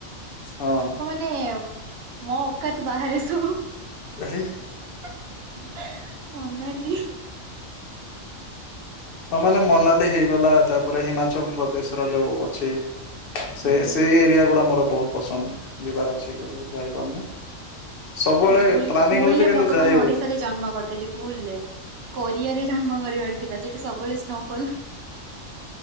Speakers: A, on the left; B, on the right.
A: ହଁ।
B: ନାଇଁ ମୋ ଅକାତ୍ ବାହାରେ ଏସବୁ।
A: ହେଇଚି।
B: ହିଁ- ହିଁ -ହିଁ ମନାଲି।
A: ହଁ ମାନେ ମନାଲି ହେଇଗଲା ତାପରେ ହିମାଚଳ ପ୍ର ଦେଶର ଯୋଉ ଅଛି ସେ
B: ହୁଁ ହୁଁ।
A: ସେଇ ପିଆ ଗୁଡା ମୋର ବହୁତ୍ ପସନ୍ଦ୍ ଯିବାର ଅଛି କେବେ ଯାଇପାରୁନି। ସବୁବେଳେ
B: ଭୁଲ
A: ପ୍ଲାନିଂ
B: ଭୁଲରେ
A: ହଉଚି କିନ୍ତୁ
B: ଭଗବାନ
A: ଯାଇ
B: ଓଡିଶାରେ
A: ହଉନି।
B: ଜନ୍ମ କରିଦେଲି ଭୁଲ୍ ରେ କୋରିଆ ରେ ଜନ୍ମ କରିବାର ଥିଲା ସେଠି ସବୁବେଳେ ସ୍ନୋଫଲ୍।